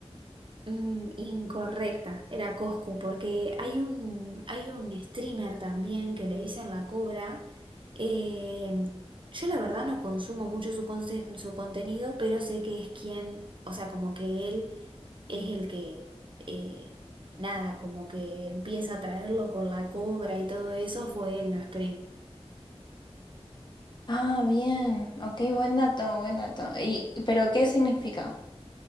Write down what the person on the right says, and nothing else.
Mm, incorrecta, era Coscu, porque hay un, hay un streamer también que le dicen La Cobra. Eh, yo la verdad no consumo mucho su, conse- su contenido, pero sé que es quien, o sea, como que él es el que, eh, nada, como que empieza a traerlo con La Cobra y todo eso, fue él, no Spring.